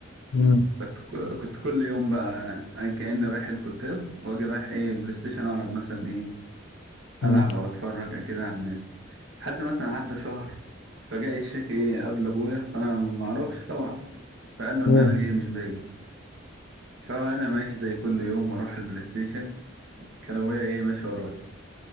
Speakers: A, on the left (about 70°); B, on the right (about 70°).
A: مم،
B: كنت كنت كل يوم بقى كأني رايح الكتاب واجي رايح ايه بلاي ستيشن اقعد مثلا ايه
A: مم،
B: العب او اتفرج كده على الناس حد مثلا عدى شهر فجاء الشيخ ايه قابل ابويا فانا معرفش طبعا فقال له ان
A: مم.
B: انا ايه مش باجي فانا ماشي زي كل يوم واروح البلاي ستيشن كان ابويا ايه ماشي ورايا